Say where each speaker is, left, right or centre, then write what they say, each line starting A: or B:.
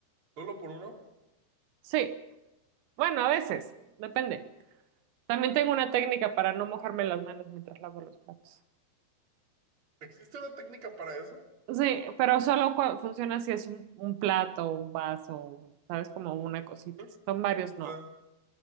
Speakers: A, on the right; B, on the right.
A: ¿Solo por uno?
B: Sí. Bueno, a veces, depende. También tengo una técnica para no mojarme las manos mientras lavo los platos.
A: ¿Existe una técnica para eso?
B: Sí, pero solo cua- funciona si es un, un plato, un vaso, ¿sabes? Como una cosita.
A: ¿Eh?
B: Si son varios,
A: Está,
B: no.